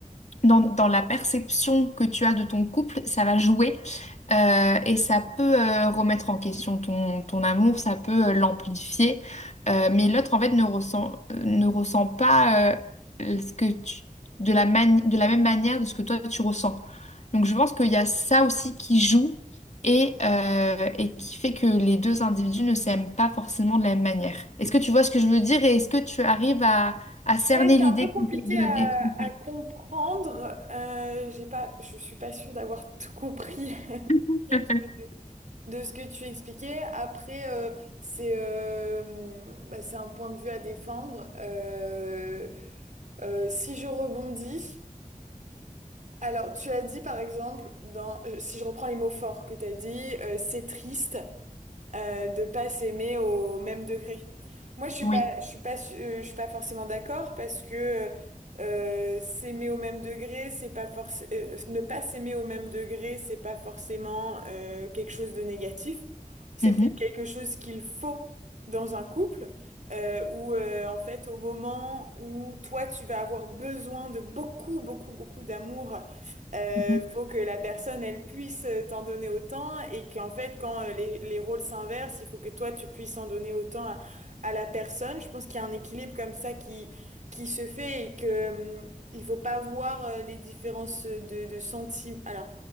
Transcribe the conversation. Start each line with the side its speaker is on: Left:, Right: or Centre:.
Left: dans, dans la perception que tu as de ton couple, ça va jouer euh, et ça peut euh, remettre en question ton, ton amour, ça peut euh, l'amplifier. Euh, mais l'autre, en fait, ne ressent, euh, ne ressent pas euh, ce que tu, de la mani- de la même manière de ce que toi, tu ressens. Donc, je pense qu'il y a ça aussi qui joue et, euh, et qui fait que les deux individus ne s'aiment pas forcément de la même manière. Est-ce que tu vois ce que je veux dire et est-ce que tu arrives à, à cerner
Right: Ouais, c'est
Left: l'idée
Right: un peu
Left: que
Right: compliqué
Left: j'essaie de
Right: à,
Left: décrire?
Right: à comprendre. Euh, j'ai pas, je suis pas sûre d'avoir tout compris.
Left: <laughs>
Right: <laughs> De ce que tu expliquais, après, euh, c'est euh, bah, c'est un point de vue à défendre. Euh, euh, si je rebondis, alors tu as dit par exemple, dans, je- si je reprends les mots forts que tu as dit, euh, c'est triste, euh, de pas s'aimer au même degré. Moi, je suis
Left: Oui.
Right: pas, je suis pas, su- euh, je suis pas forcément d'accord parce que euh, s'aimer au même degré, c'est pas forcément, ne pas s'aimer au même degré, c'est pas forcément euh, quelque chose de négatif. C'est
Left: Mhm,
Right: peut-être quelque chose qu'il faut dans un couple. euh, où euh, en fait au moment où toi tu vas avoir besoin de beaucoup beaucoup beaucoup d'amour euh,
Left: mhm.
Right: faut que la personne, elle puisse euh, t'en donner autant et qu'en fait, quand euh, les, les rôles s'inversent, il faut que toi, tu puisses en donner autant à, à la personne. Je pense qu'il y a un équilibre comme ça qui, qui se fait et que, hum, il faut pas voir euh, les différences de, de sentiments. Alors,